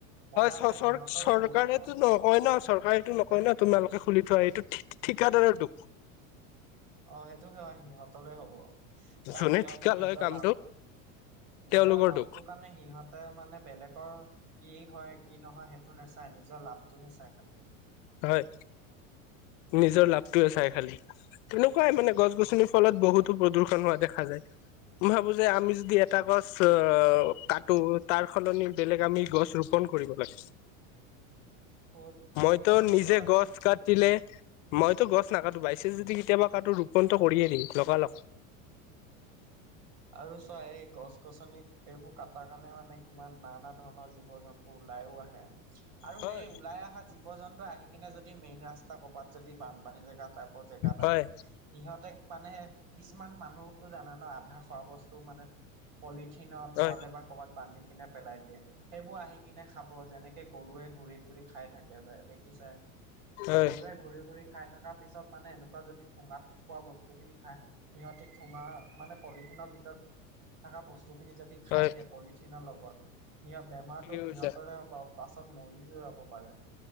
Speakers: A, on the right; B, on the left.
A: বনাইছে
B: হয় চ চৰ
A: সিহঁতৰো
B: চৰকাৰেটো
A: দুখ হব
B: নকয় ন চৰকাৰটো ন। ক ন তোমালোকে খুলি থোৱা এইটো ঠি ঠি ঠিকাদাৰ দুখ।
A: অ সেইটো সেয়া সিহঁতৰে হব। কাৰণ
B: যোনে
A: সিহঁতে
B: ঠিকা
A: নিজৰ
B: লয় কামটো
A: লাভ নিজৰ
B: তেওঁলোকৰ
A: লাভটোৰ
B: দুখ
A: কাৰণে সিহঁত। তে মানে বেলেগৰ কি হয় কি নহয় সেইটো নেচাই নিজৰ লাভটোহে চাই খালি।
B: হয় নিজৰ লাভটোয়ে চাই খালি তেনেকুৱাই মানে গছ গছনি। ফলত বহুতো প্ৰদূষন হোৱা দেখা যায় মই ভাবো যে আমি যদি এটা গছ। অ কাটো তাৰ সলনি বেলেগ আমি গছ ৰোপন কৰিব লাগে।
A: অ',
B: মইতো
A: আৰু
B: নিজে
A: চোৱা সেই
B: গছ কাটিলে মইতো গছ নাকাটো বাইছে যদি কেতিয়াবা কাটো ৰোপণটো কৰিয়ে দিঙ লগা লগ
A: আৰু চোৱা এই গছ গছনি এইবোৰ কাটাৰ কাৰণে মানে কিমান নানা ধৰণৰ জীৱ জন্তু তো ওলায়ো আহে আৰু
B: হয়
A: সেই ওলাই অহা জীৱ জন্তু আহি কিনে যদি মেইন ৰাস্তা কৰবাত যদি বানপানী জেগাত জেগাত
B: হয়
A: আহে সিহঁতে মানে কিছুমান মানুহ জানে না খোৱা বস্তু মানে পলিথিনত
B: হয়
A: নহ'লে বা ক'ৰবাত বান্ধি কিনে পেলাই দিয়ে। সেইবোৰ আহি কিনে খাব যেনেকে গৰুৱে ঘূৰি ঘুৰি খাই থাকে যে দেখিছাই
B: হয়
A: গৰুৱে ঘূৰি ঘুৰি খাই থকা পিছত মানে এনেকুৱা যদি ঠোঙাত পোৱা বস্তু খিনি খাই সিহঁতি থোঙা মানে পলিথিনৰ ভিতৰত থকা বস্তুখিনি যদি খাই
B: হয়
A: দিয়ে পলিথিনৰ লগত সিহত বেমাৰতো
B: ঠিকে
A: সিহঁতৰে
B: কৈছা
A: হব পাছত মৰি যে যাব পাৰে